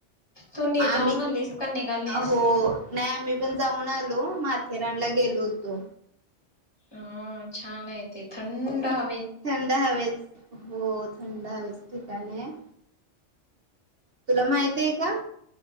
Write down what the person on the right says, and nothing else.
मग
आम्ही
अहो नाही आम्ही पण जाऊन आलो माथेरा ला गेलो होतो.
थंड हवेच. हो, थंड हवेच ठिकाण आहे. तुला माहितय का?